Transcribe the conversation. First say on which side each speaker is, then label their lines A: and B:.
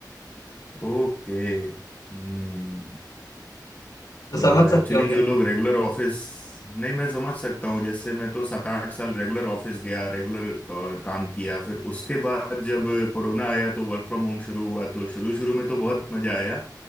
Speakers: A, on the left (about 20°); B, on the left (about 65°).
A: ओके हम्म
B: तो
A: तो
B: समझ
A: एक्चुअली
B: सकते होंगे
A: जो लोग रेगुलर ऑफिस नहीं मैं समझ सकता हूँ जैसे मैं तो सात आठ साल रेगुलर ऑफिस गया रेगुलर काम किया फिर उसके बाद जब कोरोना आया तो वर्क फ्रॉम होम शुरू हुआ तो शुरू शुरू में तो बहुत मजा आया